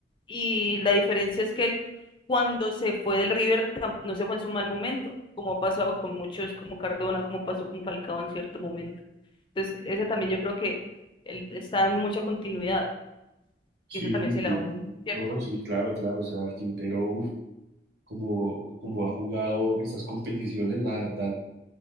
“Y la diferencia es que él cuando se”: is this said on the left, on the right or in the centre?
Left